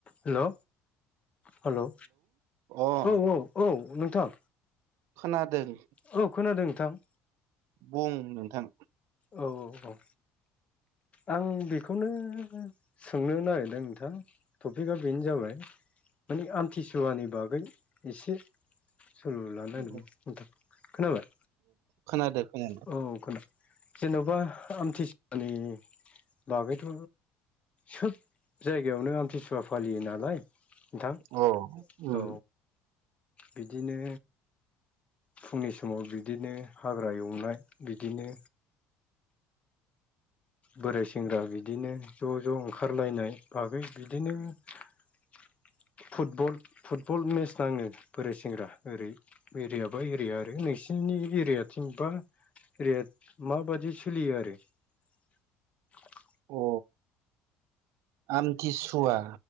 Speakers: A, on the left (about 25°); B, on the right (about 70°).
A: Hello. Hello
B: अ
A: औ औ औ नोंथां
B: खोनादों।
A: औ खोनादों नोंथां।
B: बुं नोंथां?
A: औ औ औ ओं आं बेखौनो सोंनो नागिरदों नोंथां टपिकआ बेनो जाबाय माने आमथिसुवानि बागै एसे सोलु लानो नागिरदों
B: औ
A: नोंथां खोनाबाय
B: खोनादो खोनादो
A: औ खोना जेन'बा आमथिसुवानि बागैथ' सोब जायगायावनो आमथिसुवा फालियो नालाय नोंथां
B: अ ओम।
A: औ बिदिनो फुंनि समाव बिदिनो हाग्रा एवनाय बिदिनो बोराय सेंग्रा बिदिनो ज' ज' ओंखारलायनाय बागै बिदिनो <unintelligible> फुटबल फुटबल मेच नाङो बोराय सेंग्रा ओरै एरियाबा एरिया आरो नोंसिनि नि एरियाथिं बा एरिया माबादि सोलियो आरो? <unintelligible>
B: अ आमथिसुवा